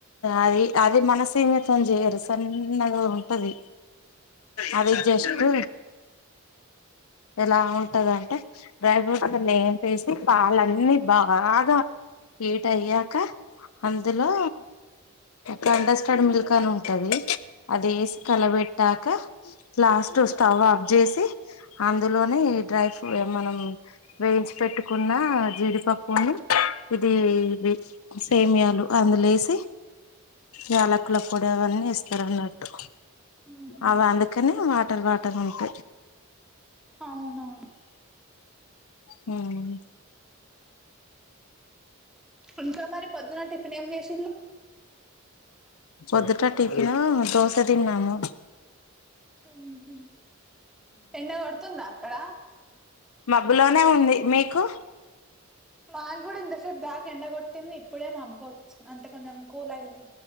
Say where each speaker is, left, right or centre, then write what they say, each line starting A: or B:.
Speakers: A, on the left (about 80°); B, in the centre.
A: అది అది మనసియతోన్ చేయరు సన్నగా ఉంటది అది జస్ట్
B: ఉమ్
A: ఎలా ఉంటంది అంటే డ్రై ఫ్రూట్స్ నేంపేసి పాాలన్ని బాగా హీట్ అయ్యాక అందులో టండస్టాడ్ మిల్క్ అని ఉంటుది అది వేసి కలబెట్టాక లాస్ట్ స్టవ్ ఆఫ్ చేసి అందులోనే డ్రై ఫ్ర మనం వేయించి పెట్టుకున్న జీడిపప్పుని ఇది ఏది సేమియాలు అందులో ఏసి యాలకుల పొడి అవన్నీ ఏస్ తరనట్టు
B: ఉహు
A: అద అందుకనే మా వాటర్ వాటర్ ఉంటయ్
B: అవునా
A: హుమ్
B: ఇంకా మరి పొద్దున టిఫిన్ ఏం చేసిల్లు
A: పొద్దుట టిఫిను దోస తిన్నాము
B: హుమ్ హు ఎండ పడుతుందా యాడ
A: మబ్బులానే ఉంది మీకు
B: మా గుడ ఇంతసేపు బాగ్ ఎండకొట్టింది ది ఇప్పుడే మబ్బో అంటే కొంచం కూల్ అయ్యింది